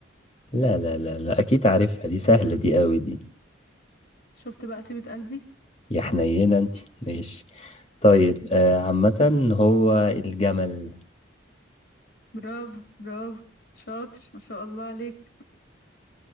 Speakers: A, on the left; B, on the left.
A: لا لا لا لا أكيد عارفها دي سهلة دي قوي دي
B: شفت بقى طيبة قلبي
A: يا حنينة انت ماشي طيب آه، عامة هو الجمل
B: برافو برافو شاطر ما شاء الله عليك